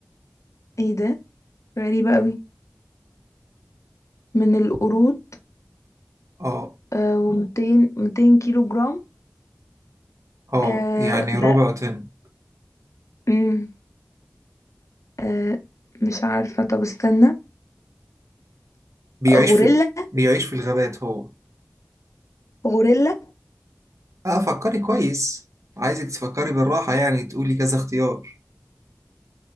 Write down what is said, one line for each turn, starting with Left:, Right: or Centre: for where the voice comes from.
Left: ايه ده غريبه قوي من القرود
Right: اه
Left: آه و200 200 كيلو جرام
Right: اه
Left: آه
Right: يعني رابع
Left: ده
Right: وتن
Left: امم آه مش عارفه طب استنى
Right: بيعيش
Left: غوريلا
Right: في بيعيش في الغابات هو
Left: غوريلا
Right: اه فكري كويس عايزك تفكري بالراحة يعني تقولي كذا اختيار